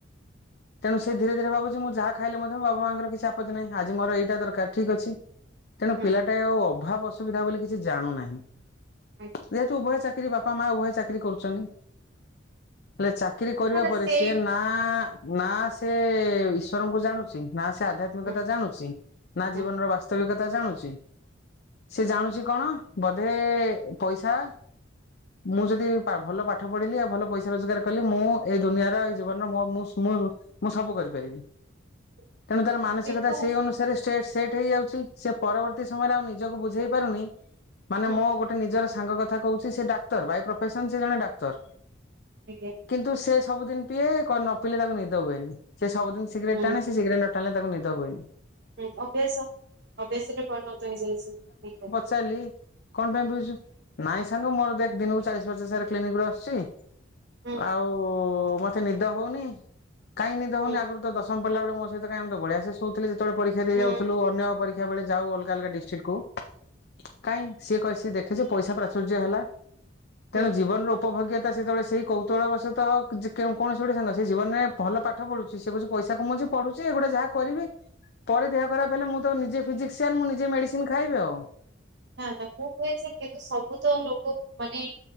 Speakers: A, on the right (about 60°); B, on the left (about 55°).
A: <inaudible>
B: ତେଣୁ ସେ ଧୀରେ ଧୀରେ ଭାବୁଚି ମୁଁ ଯାହା ଖାଇଲେ ମଧ୍ୟ ମୋ ବାବା ମାଙ୍କର କିଛି ଆପତ୍ତି ନାହିଁ ଆଜି ମୋର ଏଇଟା ଦରକାର୍ ଠିକ୍ ଅଛି। ତେଣୁ
A: ହୁଁ
B: ପିଲାଟାଏ ଆଉ ଅଭାବ ଅସୁବିଧା ବୋଲି କିଛି ଜାଣୁନାହିଁ
A: ଆଜ୍ଞା।
B: ଯେହେତୁ ଉଭୟ ଚାକିରି ବାପା ମ୍ ମା ଉଭୟ ଚାକିରି କରୁଚନ୍ତି ହେଲେ ଚାକିରି କରିବା
A: ହେଲା
B: ପରେ
A: ସେଇ
B: ସିଏ ନା ନା ସେ ଈଶ୍ୱର ଙ୍କୁ ଜାଣୁଚି ନା ସେ ଆଧ୍ୟାତ୍ମିକତା
A: ହୁଁ
B: ଜାଣୁଚି ନା
A: ହୁଁ
B: ଜୀବନର ବାସ୍ତବିକତା ଜାଣୁଚି ସେ ଜାଣୁଛି କଣ ବଧେ ପଇସା ମୁଁ ଯଦି ପା-ଭଲ ପାଠ ପଢିଲି ଆ ଭଲ ପଇସା ରୋଜଗାର କଲି ମୁଁ ଏଇ ଦୁନିଆର ଏଇ ଜୀବନର ମୁ ମୁଁ ସ୍ ମୁର୍ ମୁଁ ସବୁ କରିପାରିବି।
A: <inaudible>
B: ତେଣୁ ତାର ମାନସିକତା
A: କିନ୍ତୁ
B: ସେଇ ଅନୁସାରେ ଷ୍ଟେଟ୍-ସେଟ୍ ହେଇଯାଉଛି ସେ ପରବର୍ତ୍ତୀ ସମୟରେ ଆଉ ନିଜକୁ ବୁଝେଇ ପାରୁନି ମାନେ
A: ହୁଁ
B: ମୋ ଗୋଟେ ନିଜର ସାଙ୍ଗ କଥା କହୁଛି ସେ ଡାକ୍ତର, ବାଇ ପ୍ରଫେସନ ସେ ଜଣେ ଡାକ୍ତର
A: ଆଜ୍ଞା।
B: କିନ୍ତୁ ସେ ସବୁଦିନ ପିଏ କ ନ ପିଇଲେ ତାକୁ ନିଦ ହୁଏନି ସେ ସବୁଦିନ ସିଗ୍ରେଟ୍
A: ହୁଁ
B: ଟାଣେ ସେ ସିଗ୍ରେଟ୍ ନଟାଣେ ତାକୁ ନିଦ ହୁଏନି।
A: ହୁଁ ଅଭ୍ୟାସ ଅଭ୍ୟାସରେ ପରିଣତ ହେଇଯାଇଛି ଠିକ୍ ଅ
B: ଚାଲି କଣ ପାଇଁ ପିଉଛୁ ନାଇଁ ସାଙ୍ଗ ମୋର ଦେଖ୍ ଦିନକୁ ଚାଳିଶ ପଚାସ୍ଜର୍ କ୍ଲିନିକ୍ ରୁ ଆସୁଛି
A: ହୁଁ
B: ଆଉ ମତେ ନିଦ ହଉନି କାଇଁ ନିଦ
A: ହୁଁ
B: ହଉନି ଆଗରୁ ତ ଦଶ ଦଶମ ପଢ଼ିବା ବେଳେ ମୋସହିତ କାଇଁ ଇମେତ ଭଢ଼ିଆସେ ହଉଥିଲେ ଯେତେବେଳେ ପରୀକ୍ଷା ଦେଇ
A: ହୁଁ ହୁଁ
B: ଯାଉଥିଲ ଅନ୍ୟ ପରୀା ବେଳେ ଯାଉ ଅଲଗା ଅଲଗା ଡିଷ୍ଟ୍ରିକ୍ କୁ। କାଇହିଁ ସିଏ କ ଦେଖେ ଯେ ପଇସା ପ୍ରାଚୁର୍ଯ୍ୟ ହେଲା
A: ହୁଁ
B: ତେଣୁ ଜୀବନର ଉପଭୋଗ୍ୟତା ସେତେବେଳେ ସେଇ କୌତଳବଶତଃ କୌଣସି ଗୋଟେ ସାଙ୍ଗ ସେ ଜୀବନରେ ଭଲ ପା ପାଠ ପଢୁଛି ସେ କିଛି ପଇସା କମୁଛି ପଢୁଛି ଏଗୁଟା ଯାହା କରିବି ପରେ ଦେହରୁ ଖରାପ ହେଲେ ମୁଁ ତ ନିଜେ ଫିଜିିକସିଆନ୍ ମୁଁ ନିଜେ ମେଡ଼ିସିନ ଖାଇବି ଆଉ।
A: ନା ନା ମୁଁ କୁଏଯେ କିନ୍ତୁ ସବୁତ ରୋଗ ମାନେ